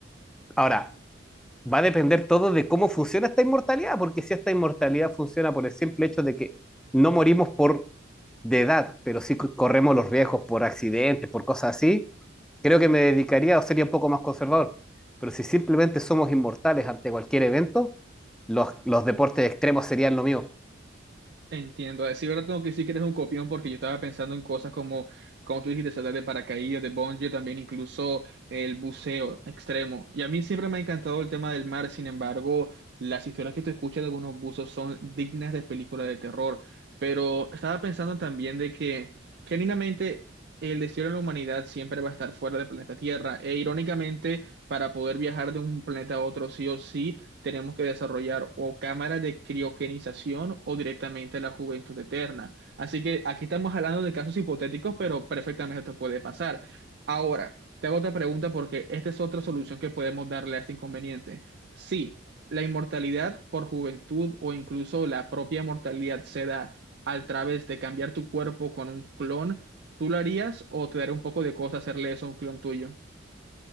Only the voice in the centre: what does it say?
Ahora, va a depender todo de cómo funciona esta inmortalidad, porque si esta inmortalidad funciona por el simple hecho de que no morimos por de edad, pero sí co- corremos los riesgos por accidentes, por cosas así, creo que me dedicaría o sería un poco más conservador. Pero si simplemente somos inmortales ante cualquier evento, los, los deportes extremos serían lo mío.